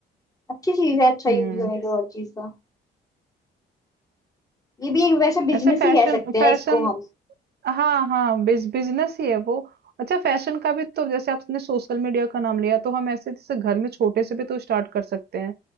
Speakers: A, on the left; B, on the right.
A: अच्छी चीज है अच्छा
B: हम्म
A: यूज करें तो हर चीज का ये भी एक वैसे बिजनेस
B: ऐसे फैशन
A: ही कह सकते
B: फैशन
A: हैं इसको हम
B: हाँ हाँ बिज, बिजनेस ही है वो अच्छा फैशन का भी तो जैसे आपने सोशल मीडिया का नाम लिया तो हम ऐसे जैसे घर में छोटे से भी तो स्टार्ट कर सकते हैं